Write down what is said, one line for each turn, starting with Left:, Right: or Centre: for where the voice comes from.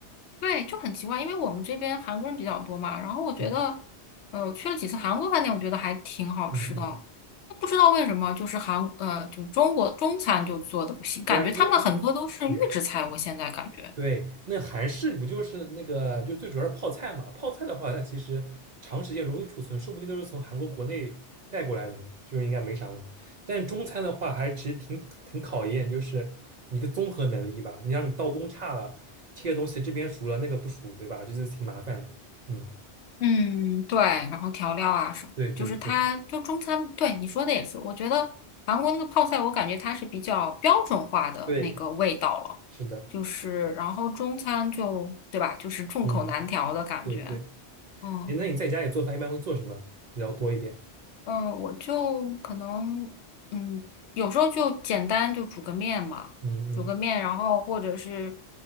Left: 对，就很奇怪，因为我们这边韩国人比较多嘛，然后我觉得，
Right: 嗯
Left: 呃，我去了几次韩国饭店，我觉得还挺好吃的，
Right: 嗯嗯，
Left: 不知道为什么，就是韩，呃，就中国中餐就做的不行，
Right: 对啊，
Left: 感觉他们很多都是预制菜，
Right: 因为因为是的。
Left: 我现在感觉，
Right: 对，那韩式不就是那个，就最主要是泡菜嘛？泡菜的话，它其实长时间容易储存，说不定都是从韩国国内带过来的呢，就应该没啥问题。但中餐的话，还其实挺挺考验，就是你一个综合能力吧。你让你刀工差了，切的东西这边熟了，那个不熟，对吧？就是挺麻烦的。嗯，
Left: 嗯，对，然后调料啊什么的就是它就中餐，
Right: 对对对
Left: 对你说的也是，我觉得韩国那个泡菜，我感觉它是比较标准化的那个味道了，
Right: 对，是的，
Left: 就是然后中餐就，对吧，就是众口难调的感觉。
Right: 嗯，对对。
Left: 嗯。
Right: 哎，那你在家里做饭一般会做什么比较多一点？
Left: 嗯，我就可能，嗯，有时候就简单就煮个面嘛，
Right: 嗯嗯
Left: 煮个面，然后或者是